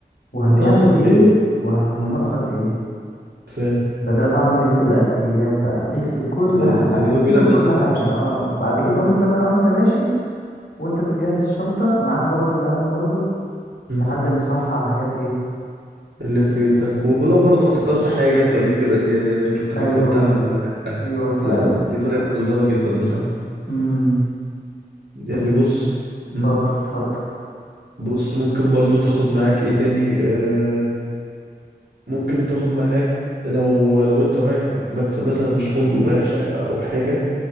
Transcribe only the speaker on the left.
وهتعمل
ايه
وهت...
وناقصك ايه
ده ده بعد ما تكتب الاساسيات بقى هتكتب كل
حاجه
هتفتكر
كل
حاجه
اه بعد كده
وانت بقى وانت ماشي وانت بتجهز الشنطه معاك برضو القلم برضو
تعلم صح على الحاجات ايه
ايوه
ايوه فعلا
فعلا
امم
بس
اتفضل اتفضل